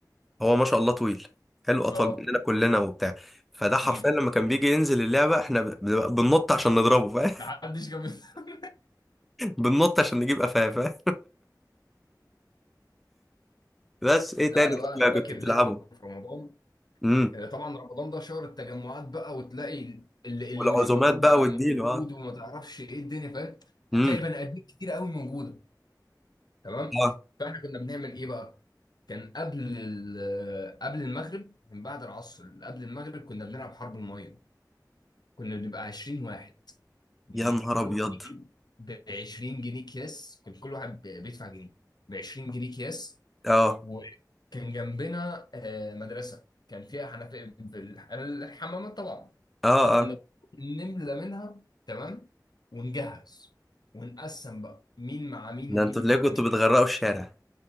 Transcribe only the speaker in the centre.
هو ما شاء الله طويل حلو أطول
مننا كلنا وبتاع فده حرفيا
لما كان بيجي ينزل اللعبة احنا ب- بنبقى بننط عشان نضربه فاهم
<laughs> بننط عشان نجيب قفاه فاهم بس ايه
تاني
كنت بتلعبه
إمم.
والعزومات
بقى
واديله
اه
امم
اه
يا نهار
ابيض
اه
اه
اه
ده
انتوا ليه
كنتوا
بتغرقوا الشارع